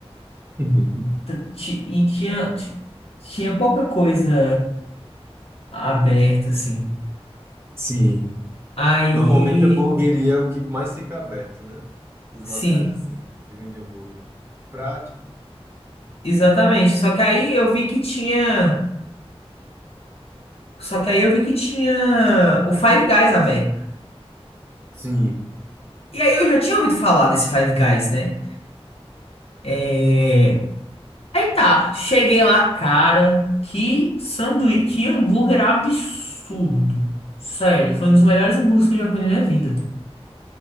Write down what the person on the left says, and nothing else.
T- ti- E tinha, ti- tinha pouca coisa aberta, assim.
Aí,
sim,
exatamente. Só que aí eu vi que tinha, só que aí eu vi que tinha o Five Guys aberto.
E aí eu já tinha ouvido falar desse Five Guys, né? É... Aí tá, cheguei lá, cara, que sanduíche, que hambúrguer absurdo. Sério, foi um dos melhores hambúrgueres que eu já comi na minha vida.